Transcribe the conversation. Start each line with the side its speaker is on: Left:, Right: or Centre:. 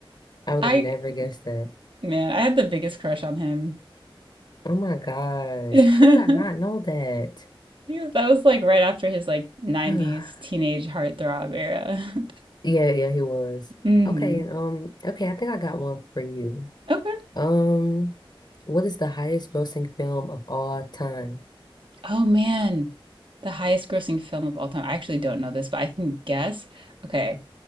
Left: I would
Right: I,
Left: have never guessed that.
Right: man, I had the biggest crush on him.
Left: Oh my gosh.
Right: <laughs>
Left: How did I not know that?
Right: He was- That was like right after his like 90s
Left: <sighs>
Right: teenage heartthrob era. <laughs>
Left: Yeah, yeah, he was.
Right: Mm.
Left: Okay, um, okay, I think I got one for you.
Right: Okay.
Left: Um, what is the highest grossing film of all time?
Right: Oh man. The highest grossing film of all time. I actually don't know this, but I can guess. Okay.